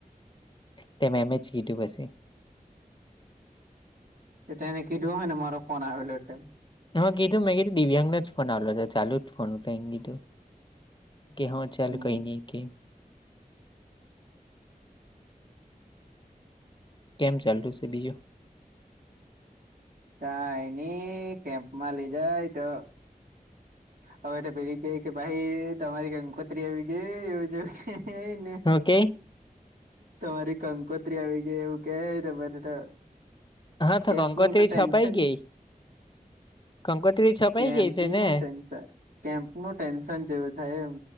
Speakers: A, on the left; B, on the right.
A: તેમ એમએચ કીધું પશે
B: તે એનેકીધુંય ને ફો આલો તેમમ
A: હું કીધું મેં કીધું દિવ્યાંગને જ ફોન આવલો હતો ચાલુ જ ફોન કઈ કીધું કે હા ચાલ
B: હમ
A: કઈ નઈ કે. કેમ ચાલતુ છે બીજું! !
B: કાંઈ ની કેમ્પમાં લઈ જાય તો હવે તો પેલી કે કે ભાઈ તમારી કંકોત્રી આવી ગઈ એવું જેવું કેય. હને
A: ઓકે
B: તમારી કંકોત્રી આવી ગઈ એવું કે મને તો
A: હા તો
B: કેમ્પ
A: કંકોત્રી
B: નુ તો ટેન્શન
A: છપાઈ ગઈ કંકોત્રી છપાઈ
B: કેમ્પનું
A: ગઈ છે ને
B: કેમ્પ નું ટેન્શન જેવુ થાય એમ.